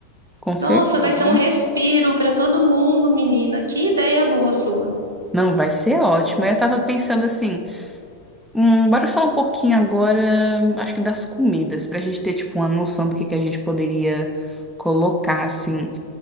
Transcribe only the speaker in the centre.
com certeza.
Não, vai ser ótimo. Eu estava pensando assim, hum, bora falar um pouquinho agora, acho que das comidas, para a gente ter, tipo, uma noção do que que a gente poderia colocar, assim.